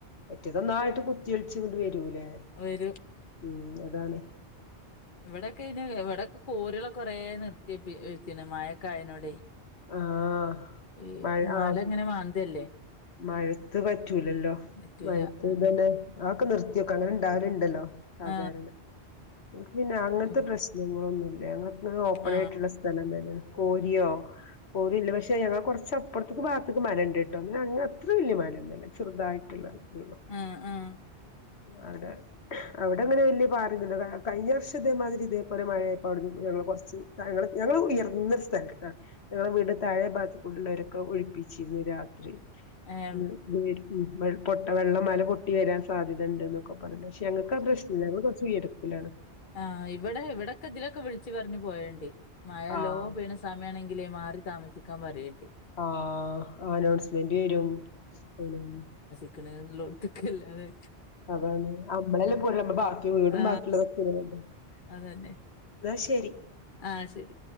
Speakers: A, on the left; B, on the left.
A: മറ്റേതൊന്നായിട്ട് കുത്തിയൊലിച്ച് ഇങ്ങോട്ട് വരുലേ
B: ആ വേരും
A: ഉം അതാണെ
B: ഇവിടെക്കെയിന് ഇവിടെക്കെ കോരുകള് കൊറേ നിർത്തിയപ്പി വെച്ചിന് മയക്കായനോടെ
A: ആഹ്
B: ഈ
A: മഴ
B: മലങ്ങനെ
A: ആഹ്
B: മാന്ത്ല്ലേ
A: മഴത്ത് പറ്റൂലല്ലോ
B: പറ്റൂല
A: മഴത്ത്
B: അങ്ങനെ
A: ഇതുതന്നെ ആക്കെ നിർത്തിയോക്കെ അങ്ങനെ ഇണ്ടാവാലുണ്ടല്ലോ സാധാരണ
B: ആ
A: ങ്ങക്ക് പിന്നെ അങ്ങനത്തെ
B: ഉം
A: പ്രശ്നങ്ങളൊന്നുംല്ല അങ്ങളിപ്പഴും ഓപ്പൺ
B: ആ
A: ആയിട്ടുള്ള സ്ഥലം തന്നാ കോഴിയോ കോഴില്ല പക്ഷെ ഞങ്ങ കൊറച്ചപ്പുറത്ത്ക്ക് ഭാഗ്ത്ത്ക്ക് മരണ്ട്ട്ടോ ന്നാ അങ്ങനെ അത്ര വല്യ മരൊന്നുല്ലാ ചെറുതായിട്ടുള്ള ഇതേള്ളൂ
B: ആഹ് ആഹ്
A: അവിടെ അവിടെ അങ്ങനെ വലിയ പാടില്ലല്ലോ കഴിഞ്ഞ വർഷം ഇതേമാതിരി ഇതേപോലെ മഴയായപ്പ അവിടുന്ന് ഞങ്ങ കൊറച്ച് ഞങ്ങള് ഉയർന്ന സ്ഥലത്താണ് ഞങ്ങള വീട് താഴെ ഭാഗത്ത്ടുള്ളവരൊക്കെ ഒഴിപ്പി ച്ചിരുന്നു രാത്രി <unintelligible>
B: ഏം
A: പൊട്ട വെള്ളം മല പൊട്ടി വരാൻ സാധ്യതണ്ട്ന്നൊക്കെ റഞ്ഞ് ഞങ്ങൾക്ക് ആ പ്രശ്നില്ല ഞങ്ങള് കുറച്ച് ഉയരത്തിലാണ്
B: ആഹ് ഇവിടെ ഇവിടെക്കെ ഇതിലൊക്കെ വിളിച്ചു പറഞ്ഞ് പോവല്ണ്ട് മഴല്ലോ
A: ആഹ്
B: പെയ്യിണ സമയ ആണെ ങ്കിലേ മാറി താമസിക്കാൻ പറയണ്ടേ
A: ആഹ് അനൗൺസ്മെന്റ് വരും ഉം
B: <unintelligible> അല്ലാതെ
A: അതാണ് അമ്മളെല്ല പോയിള്ളു അമ്മളെ ബാക്കി വീടും
B: ആ
A: ബാക്കിള്ളതൊക്കെ <unintelligible>
B: അതന്നെ
A: ന്നാ ശെരി
B: ആഹ് ശെരി